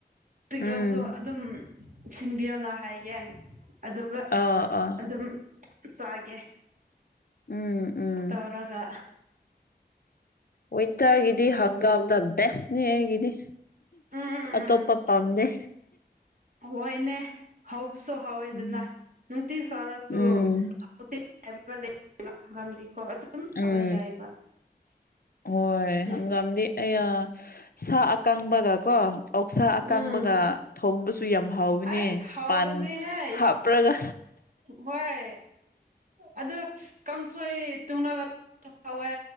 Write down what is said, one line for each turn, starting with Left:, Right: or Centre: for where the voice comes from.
Right: ꯄꯤꯛꯈ꯭ꯔꯁꯨ
Left: ꯎꯝ
Right: ꯑꯗꯨꯝ ꯁꯤꯟꯕꯤꯌꯣꯅ ꯍꯥꯏꯒꯦ ꯑꯗꯨꯒ
Left: ꯑꯥ ꯑꯥ
Right: ꯑꯗꯨꯝ ꯆꯥꯒꯦ
Left: ꯎꯝ ꯎꯝ
Right: ꯇꯧꯔꯒ
Left: ꯋꯤꯟꯇꯔꯒꯤꯗꯤ ꯍꯒꯥꯝꯗ ꯕꯦꯁꯅꯤ ꯑꯩꯒꯤꯗꯤ
Right: ꯎꯝ
Left: ꯑꯇꯣꯞꯄ ꯄꯥꯝꯗꯦ
Right: ꯍꯣꯏꯅꯦ ꯍꯥꯎꯕꯁꯨ ꯍꯥꯎꯏꯗꯥꯅ
Left: ꯎꯝ
Right: ꯅꯨꯡꯇꯤ ꯆꯥꯔꯁꯨ
Left: ꯎꯝ
Right: <unintelligible> ꯍꯪꯒꯥꯝꯗꯤꯀꯣ ꯑꯗꯨꯝ ꯁꯥꯕ
Left: ꯎꯝ
Right: ꯌꯥꯏꯕ
Left: ꯍꯣꯏ
Right: ꯎꯝ
Left: ꯍꯪꯒꯥꯝꯗꯤ ꯑꯩꯌꯥ ꯁꯥ ꯑꯀꯪꯕꯒ ꯀꯣ ꯑꯣꯛꯁꯥ ꯑꯀꯪꯕꯒ
Right: ꯎꯝ
Left: ꯊꯣꯡꯕꯁꯨ ꯁꯨ ꯌꯥꯝ ꯍꯥꯎꯕꯅꯦ
Right: ꯑꯩ ꯍꯥꯎꯕꯅꯤꯍꯦ
Left: ꯄꯥꯟ ꯍꯥꯞꯄ꯭ꯔꯒ
Right: ꯍꯣꯏ ꯑꯗꯨ ꯀꯥꯡꯁꯣꯏ ꯇꯨꯡꯂꯒ ꯍꯧꯋꯦ